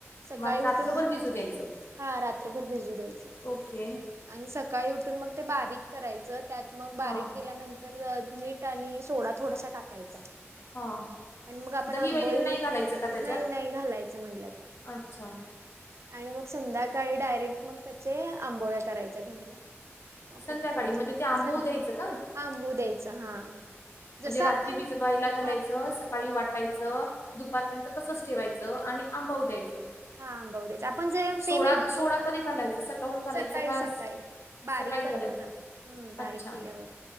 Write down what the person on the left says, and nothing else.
म्हणजे
रात्रभर भिजू द्यायचं
ओके.
हां.
हां
दही
वगैरे नाही घालायचं का त्याच्यात?
अच्छा!
संध्याकाळी
म्हणजे ते आंबू
द्यायचं का?.
म्हणजे रात्री
भिजवायला घालायचं
सकाळी वाटायचं, दुपारपर्यंत तसंच ठेवायचं आणि आंबाऊ द्यायचं.
सोडा
सोडा कधी घालायचा सकाळून घालायचा
का
सकाळी
घालायचं.
अच्छा